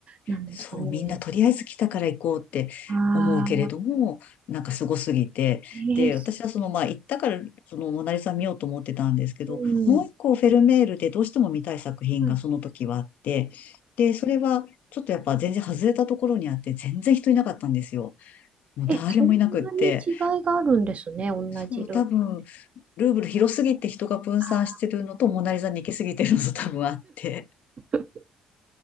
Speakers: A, on the right (about 45°); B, on the left (about 65°).
A: なんですかね。
B: そう、みんなとりあえず来たから行こうって思うけれども、
A: ああ、
B: なんかすごすぎて。
A: えー、
B: で、私はその、
A: そ
B: まあ、行ったから、その、モナリザ見ようと思ってたんですけど、
A: うん。
B: もう一個フェルメールでどうしても見たい作品がその時はあって、
A: うんはい
B: で、それは、ちょっとやっぱ全然外れたところにあって、全然人いなかったんですよ。もう誰もいなくって。
A: え、そんなに違いがあるんですね。同じルーブル。
B: そう、多分、ルーブル広すぎて人が分散してるのと、
A: あ
B: モナリザに行きすぎてるのと多分あって。
A: ー <laughs>